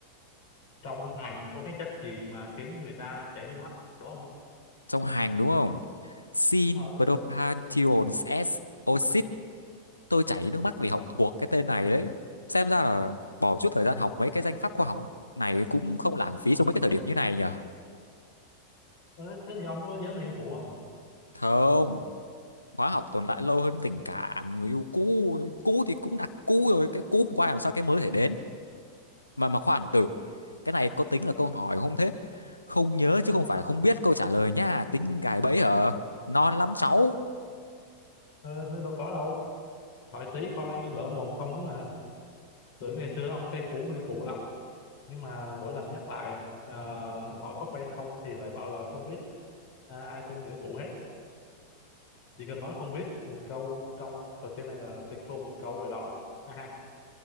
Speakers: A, on the left; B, on the left.
A: trong hành có cái chất gì mà khiến người ta chảy nước mắt, đúng không á?
B: Trong hàng đúng không? Sin
A: Đúng rồi.
B: Propantions S Oxit. Tôi chảy nước mắt vì học thuộc cái tên này đấy. Xem ra là bỏ chút thời gian học mấy cái danh pháp khoa học này cũng không lãng phí trong mấy cái thời điểm như này nhở.
A: Ờ, thế thì ông có nhớ người yêu cũ không?
B: Không. khóa học tồn tại lâu hơn tình cảm người yêu cũ ấy. cũ thì cũng đặt cũ rồi cái cũ không qua làm sao cái mới thể đến mà mà khoản tử cái này có tính là câu hỏi không thế không nhớ chứ không phải là không biết câu trả lời nha tính gài bẫy hả non lắm cháu
A: Ờ, thế đâu có đâu. Hỏi tí coi lỡ một không đúng mà. Tưởng ngày xưa ông cay cú người yêu cũ lắm. Nhưng mà mỗi lần nhắc lại, ờ, hỏi có quen không thì lại bảo là không biết. À, ai tin người yêu cũ hết. Chỉ cần nói không biết một câu trong trò chơi này là tính thua một câu rồi đó. Ha ha,